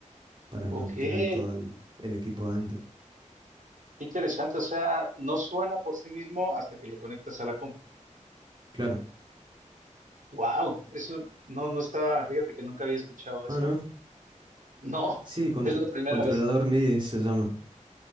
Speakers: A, on the right (about 35°); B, on the right (about 75°).
A: para
B: ok.
A: no tener
B: Qué
A: todo el, el equipo adentro.
B: interesante. O sea, no suena por sí mismo hasta que lo conectas a la compu.
A: Claro.
B: Wow, eso no, no estaba, fíjate que nunca había escuchado eso.
A: Ah, no.
B: No,
A: Sí, cont-
B: es la primera
A: controlador
B: vez.
A: MIDI se llama.